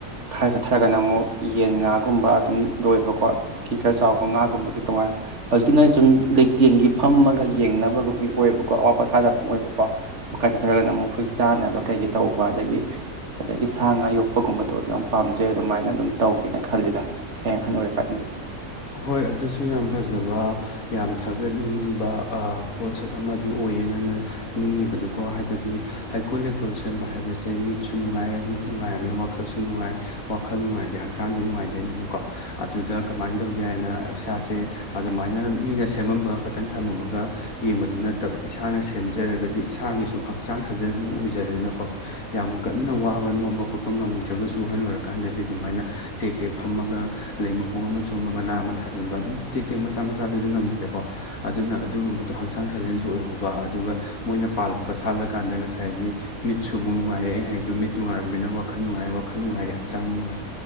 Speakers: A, on the right (about 55°); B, on the left (about 75°).
A: ꯈꯔ ꯆꯠꯊꯔꯒꯅ ꯑꯃꯨꯛ ꯌꯦꯟ ꯉꯥꯒꯨꯝꯕ ꯑꯗꯨꯝ ꯂꯣꯏꯕꯀꯣꯈꯤ ꯈꯔ ꯆꯥꯎꯕ ꯉꯥꯒꯨꯝꯕꯒꯤ ꯇꯣꯉꯥꯟꯅ ꯍꯧꯖꯤꯛꯀꯤꯅ ꯁꯨꯝ ꯂꯩꯇꯦꯡꯒꯤ ꯐꯝꯃꯒ ꯌꯦꯡꯅꯕꯒꯨꯝꯒꯤ ꯑꯣꯏꯌꯦꯕꯀꯣ ꯑꯋꯥꯠ ꯄꯊꯥꯗꯐꯝ ꯑꯣꯏꯕꯀꯣ ꯃꯈꯥ ꯆꯠꯊꯔꯒꯅ ꯑꯃꯛ ꯃꯈꯣꯏ ꯆꯥꯅꯕ ꯀꯩꯀꯩ ꯇꯧꯕ ꯑꯗꯒꯤ ꯑꯗꯒꯤ ꯁꯥ ꯉꯥ ꯌꯣꯛꯄꯒꯨꯝꯕ ꯊꯣ ꯑꯗꯨ ꯌꯥꯝ ꯄꯥꯝꯖꯩ ꯑꯗꯨꯃꯥꯏꯅ ꯑꯗꯨꯝ ꯇꯧꯒꯦꯅ ꯈꯜꯂꯤꯗ ꯍ ꯍꯅꯨꯔꯦ ꯀꯥꯟꯗꯤ
B: ꯍꯣꯏ ꯑꯗꯨꯁꯨ ꯌꯥꯝ ꯐꯖꯕ ꯌꯥꯝ ꯊꯥꯒꯠꯅꯤꯡꯕ ꯄꯣꯠꯁꯛ ꯑꯃꯗꯤ ꯑꯣꯏꯌꯦ ꯅꯪꯅ ꯅꯤꯡꯉꯤꯕꯗꯨꯀꯣ ꯍꯥꯏꯕꯗꯤ ꯍꯩꯀꯣꯜ ꯂꯩꯀꯣꯜ ꯁꯦꯝꯕ ꯍꯥꯏꯕꯁꯦ ꯃꯤꯠꯁꯨ ꯅꯨꯡꯉꯥꯏ ꯃꯤꯠ ꯅꯨꯡꯉꯥꯏꯔꯕꯅꯤꯅ ꯋꯥꯈꯜꯁꯨ ꯅꯨꯡꯉꯥꯏ ꯋꯥꯈꯜ ꯅꯨꯡꯉꯥꯏꯔꯦ ꯍꯛꯆꯥꯡꯁꯨ ꯅꯨꯡꯉꯥꯏꯗꯣꯏꯅꯦꯕꯀꯣ ꯑꯗꯨꯗ ꯀꯃꯥꯏꯅ ꯇꯧꯒꯦ ꯍꯥꯏꯅ ꯏꯁꯁꯦ ꯑꯗꯨꯃꯥꯏꯅ ꯃꯤꯅ ꯁꯦꯝꯃꯝꯕ ꯈꯛꯇꯪ ꯊꯝꯃꯝꯃꯒ ꯌꯦꯡꯕꯗꯨ ꯅꯠꯇꯕ ꯏꯁꯥꯅ ꯁꯦꯝꯖꯔꯒꯗꯤ ꯏꯁꯥꯒꯤꯁꯨ ꯍꯛꯆꯥꯡ ꯁꯥꯖꯦꯜ ꯑꯃ ꯑꯣꯏꯖꯔꯦꯗꯅꯀꯣ ꯌꯥꯝ ꯀꯟꯅ ꯋꯥꯕ ꯅꯣꯝꯕ ꯈꯣꯠꯄ ꯉꯝꯗ꯭ꯔꯒꯁꯨ ꯑꯍꯟ ꯑꯣꯏꯔꯀꯥꯟꯗꯗꯤ ꯑꯗꯨꯃꯥꯏꯅ ꯇꯦꯛ ꯇꯦꯛ ꯐꯝꯃꯒ ꯂꯩ ꯃꯈꯣꯡ ꯑꯃ ꯑꯆꯣꯕ ꯃꯅꯥ ꯑꯃ ꯊꯥꯖꯤꯟꯕ ꯑꯗꯨꯝ ꯇꯦꯛ ꯇꯦꯛ ꯃꯆꯥ ꯃꯆꯥꯗꯨ ꯑꯗꯨ ꯉꯝꯃꯤꯗꯀꯣ ꯑꯗꯨꯅ ꯑꯗꯨꯒꯨꯝꯕꯗꯣ ꯍꯛꯆꯥꯡ ꯁꯥꯖꯟꯁꯨ ꯑꯣꯏꯍꯧꯕ ꯑꯗꯨꯒ ꯃꯣꯏꯅ ꯄꯥꯜꯂꯛꯄ ꯁꯥꯠꯂꯀꯥꯟꯗ ꯉꯁꯥꯏꯒꯤ ꯃꯤꯠꯁꯨ ꯑꯃꯨꯛ ꯅꯨꯡꯉꯥꯏꯔꯛꯑꯦ ꯍꯥꯏꯁꯨ ꯃꯤꯠ ꯅꯨꯡꯉꯥꯏꯔꯕꯃꯤꯅ ꯋꯥꯈꯜꯅꯨꯡꯉꯥꯏꯔꯦ ꯋꯥꯈꯜ ꯅꯨꯡꯉꯥꯏꯔꯦ ꯍꯛꯥꯡ ꯅꯨꯡꯉꯥꯏꯔꯦ